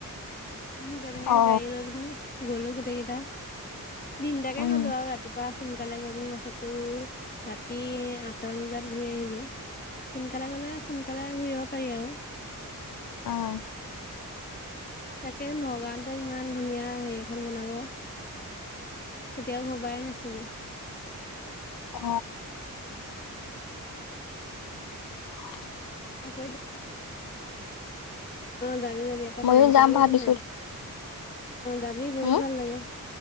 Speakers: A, on the left; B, on the left.
A: উ তেনেকে
B: অ
A: গাড়ী লৈ পিনি গ'লো গোটেই কেইটা। তিনটাকে
B: উম
A: গ'লো আৰু ৰাতিপুৱা সোনকালে গৈ পিনি তাৰপছত তোৰ ৰাতি আঠ, হাতৰ বজাত ঘূৰি আহিলো সোনকালে গলে সোনকালে ঘূৰি আহিব পাৰি আৰু
B: আহ,
A: তাকে নগাঁওতে ইমান ধুনীয়া হেৰিখন বনাব। কেতিয়াও ভবাই নাছিলো।
B: অ, হয়।
A: <unintelligible> অ', যাবি যাবি আকৌ
B: ময়ো
A: নাইনপোৰত
B: যাম
A: পিছত
B: ভাবিছো
A: নাই অ', যাবি বহুত
B: হম
A: ভাল লাগে।